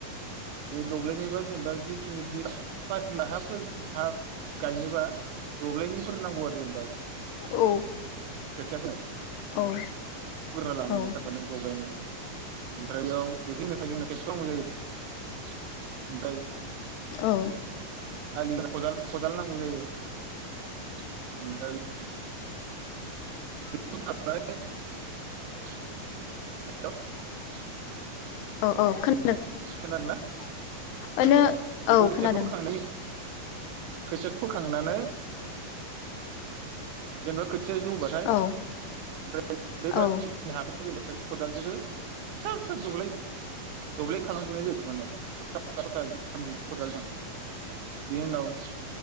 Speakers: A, on the right; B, on the left.
A: बे दब्लायनिबा जेनोबा जिखिनि <unintelligible> हा <unintelligible> हा गायनोबा दब्ललिनिफोर नांगौ आरो जेनोबा
B: औ।
A: खोथिया फोनो
B: औ
A: <unintelligible> फोग्रोना लानांगौ
B: औ
A: थार माने दब्लायनै। ओमफ्राय बेयाव बेखिनियाव <unintelligible> जोंनो ट्रेक्टरनांगौ जायो। ओमफ्राय
B: औ।
A: आलिया खदाल खदाल नांगौ जायो। ओमफ्राय <unintelligible> <unintelligible>
B: औ औ खोना
A: खोनादोंना?
B: ओनो
A: औ, बेखौ
B: औ
A: खोथियाखौ
B: खोनादों
A: फोखांनानै खोथियाखौ फोखांनानै जेनोबा खो थिया जौबाथाय ओमफ्राय
B: औ
A: बे बाखिनि
B: औ
A: हाखौ <unintelligible> खदालजोंनो फिसा फिसा दब्लाय खालामजोबनाय जायो थारमाने। <unintelligible> खदालजों। बेनि उनाव